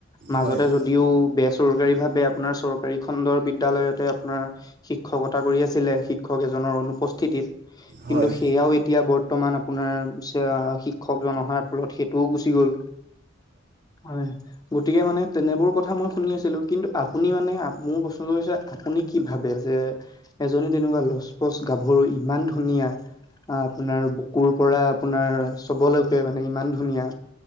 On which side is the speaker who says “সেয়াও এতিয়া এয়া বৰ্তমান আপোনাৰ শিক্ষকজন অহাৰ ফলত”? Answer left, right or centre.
Left